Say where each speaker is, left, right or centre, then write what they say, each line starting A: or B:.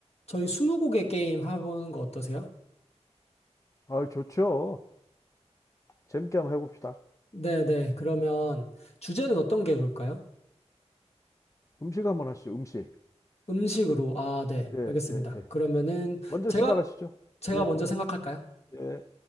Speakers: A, on the left (about 65°); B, on the left (about 25°).
A: 저희 스무고개 게임 해보는 거 어떠세요?
B: 아, 좋죠. 재밌게 한번 해봅시다.
A: 네네. 그러면 주제는 어떤 게 좋을까요?
B: 음식 한번 하시죠, 음식.
A: 음식으로. 아, 네.
B: 예, 예,
A: 알겠습니다.
B: 예.
A: 그러면은
B: 먼저
A: 제가,
B: 시작하시죠.
A: 제가
B: 예,
A: 먼저 생각할까요?
B: 예.